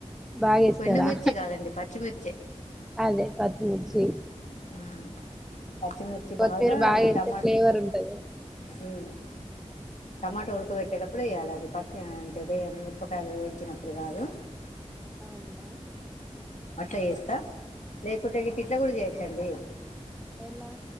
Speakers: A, in the centre; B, on the left.
A: బాగాేస్తారా
B: ఎండుమిర్చి కాదండి పచ్చిమిర్చే
A: అదే పచ్చిమిర్చి
B: ఉమ్ పచ్చిమిర్చి
A: కొత్తిమీర
B: బాగా
A: ఏస్తే
B: టమాట్
A: ఫ్లేవర్ ఉంటది
B: ఉమ్ టమాటా ఉడకబెట్టేటప్పుడే ఏ యాలధి అది ప అంటే వేయ్య మిరపకాయలు వేయించినప్పుడు కాదు
A: కావులే
B: ట్ల చేస్తా లే కుట్ట ఇట్ల కూడా చేయచ్చండి
A: ఎలా